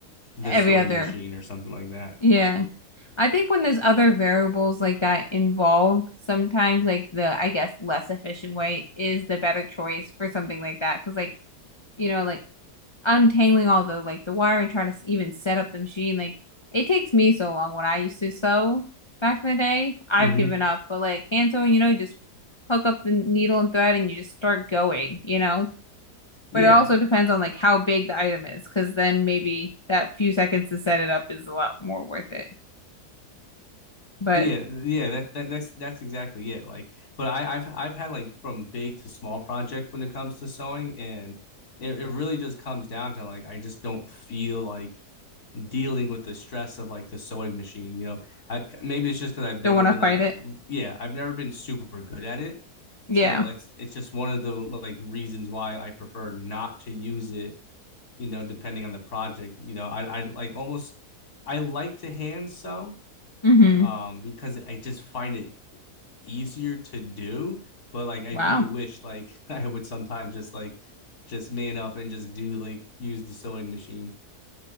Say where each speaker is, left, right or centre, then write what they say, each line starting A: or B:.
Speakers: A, on the left; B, on the left.
A: the
B: Every
A: sewing
B: other
A: machine or something like that.
B: Yeah. I think when there's other variables like that involved, sometimes like the, I guess, less efficient way is the better choice for something like that. Because like, you know, like untangling all the like the wire and trying to s- even set up the machine, like it takes me so long when I used to sew back in the day. I've
A: Mm-hmm.
B: given up, but like hand sewing, you know, you just hook up the needle and thread and you just start going, you know?
A: Yeah,
B: But it also depends on like how big the item is, because then maybe that few seconds to set it up is a lot more worth it. But
A: yeah, yeah. That, that that's that's exactly it. Like, but I, I've I've had like from big to small project when it comes to sewing, and it, it really just comes down to like I just don't feel like dealing with the stress of like the sewing machine. You know, I, maybe it's just because I've never
B: Don't want
A: been
B: to fight
A: like,
B: it.
A: yeah, I've never been super good at it.
B: Yeah.
A: So that's it's just one of the like reasons why I prefer not to use it. You know, depending on the project. You know, I I like almost I like to hand sew
B: hmm
A: um because I just find it easier to do. But like I
B: Wow.
A: do wish like <laughs> I would sometimes just like just man up and just do like use the sewing machine.